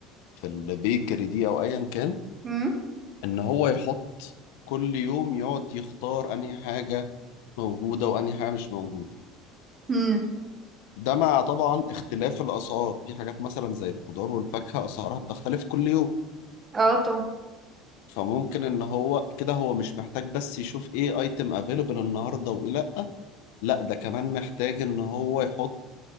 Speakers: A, on the left; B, on the right.
A: في البيكري دي او ايا كان
B: مم.
A: ان هو يحط كل يوم يقعد يختار انهي حاجة موجودة وانهي حاجة مش موجودة
B: مم.
A: ده مع طبعا اختلاف الاسعار في حاجات مثلا زي الخضار والفاكهة اسعارها بتختلف كل يوم
B: اه طبعا
A: فممكن ان هو كده هو مش محتاج بس يشوف ايه ايتم افيلبل النهارده وايه لا لا ده كمان محتاج ان هو يحط